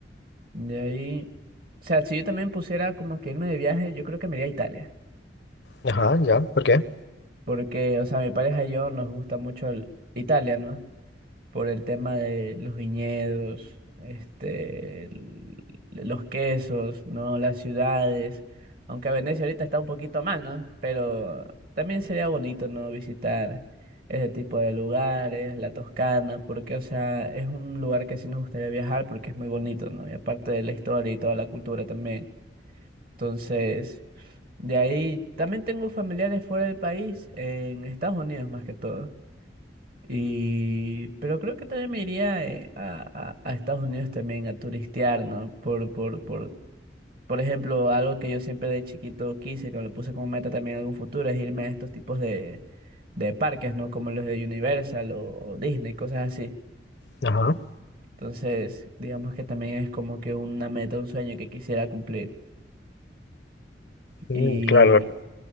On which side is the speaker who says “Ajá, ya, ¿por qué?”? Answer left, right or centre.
Left